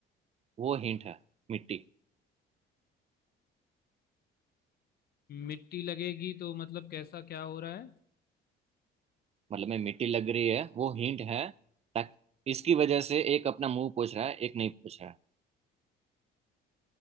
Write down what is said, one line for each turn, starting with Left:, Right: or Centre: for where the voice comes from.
Right: वो हिंट है मिट्टी
Left: मिट्टी लगेगी तो मतलब कैसा क्या हो रहा है
Right: मतलब में मिट्टी लग रही है वो हिंट है ताकि इसकी वजह से एक अपना मुंह पोछ रहा है एक नहीं पोछ रहा है